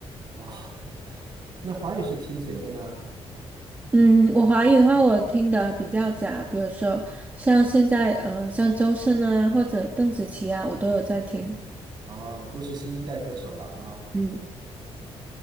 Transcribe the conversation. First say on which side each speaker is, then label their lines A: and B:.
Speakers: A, on the right; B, on the right.
A: 哇，那华语是听谁的呢？
B: 嗯，我华语的话，我听的比较杂，比如说像现在呃，像周深啊，或者邓紫棋啊，我都有在听。
A: 啊，都是新一代歌手了啊。
B: 嗯，